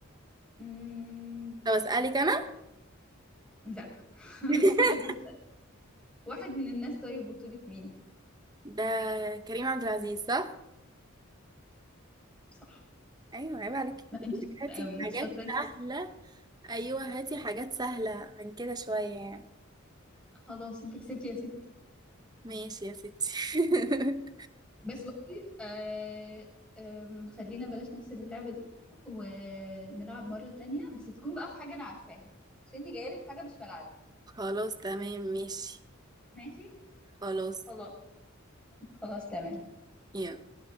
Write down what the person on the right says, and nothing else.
طب اسالك انا
<laughs>
ده كريم عبد العزيز صح؟
ايوه عيب عليك
بقولك
هاتي
حاجات
سهلة
أيوة هاتي حاجات سهلة عن كده شوية يعني
ماشي يا ستي <laughs>
خلاص تمام ماشي
خلاص
يلا